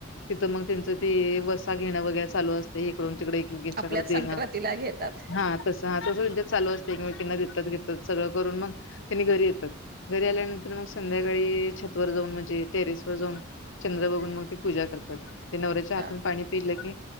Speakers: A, on the left; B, on the right.
A: तिथं मंग त्यांच ते वसा घेणं वगैरे चालू अस इकडून तिकडं एकीएकीच्याकडे
B: आपल्याच
A: देणे
B: संक्रांतीला घेतात
A: हा तस हा तसं त्यांच्यात चालू असतेय एकमेकींना देतात घेतात सगळं करून मग त्यांनी घरी येतात. घरी आल्यानंतर मग संध्याकाळी छत वर जाऊन म्हणजे टेरेस वर जाऊन चंद्र बघून मग ते पूजा करतात ते नवऱ्याच्या हातून
B: हा
A: पाणी पिलं की